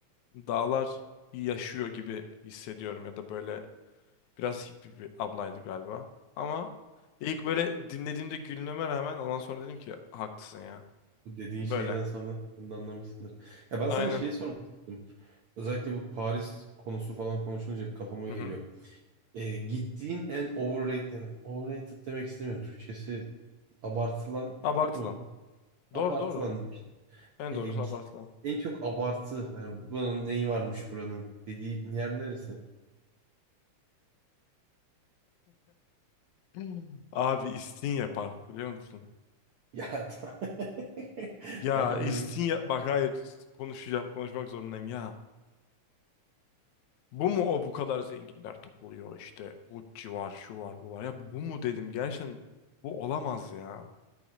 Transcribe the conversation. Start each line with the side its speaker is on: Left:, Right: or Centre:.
Left: dağlar yaşıyor gibi hissediyorum ya da böyle Biraz hippie bir ablaydı galiba. Ama ilk böyle dinlediğimde gülmeme rağmen ondan sonra dedim ki haklısın ya.
Right: Bu dediğin
Left: Böyle.
Right: şeyden sonra sen de anlamışsındır. Ya ben
Left: Aynen.
Right: sana şeyi sormak istedim. Özellikle bu Paris konusu falan konuşunca hep kafama
Left: Hı
Right: geliyor.
Left: hı.
Right: Ee, gittiğin en overrated, yani overrated demek istemiyorum. Türkçesi abartılan
Left: Abartılan.
Right: çok mu? Abartılan
Left: Doğru doğru.
Right: diyeyim işte.
Left: En
Right: Ee,
Left: doğrusu
Right: git,
Left: abartılan.
Right: en çok abartı. Yani bunun neyi varmış buranın dediği yer neresi? <laughs>
Left: Hmm. Abi İstinye Park biliyor musun?
Right: Ya tamam. <laughs>
Left: Ya
Right: Abim
Left: İstinye bak hayır konuşacağım konuşmak zorundayım ya. Bu mu o bu kadar zenginler topluyor işte Gucci var şu var bu var ya bu mu dedim gerçekten bu olamaz ya.